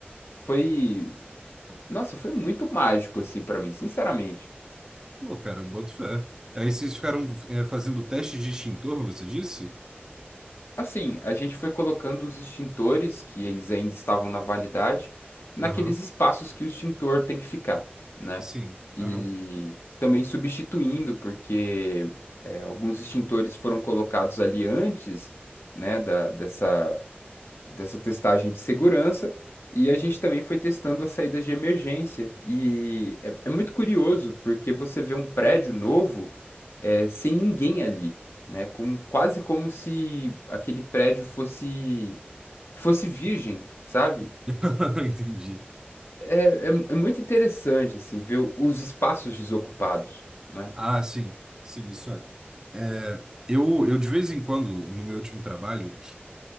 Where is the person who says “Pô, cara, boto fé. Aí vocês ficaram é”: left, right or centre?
Right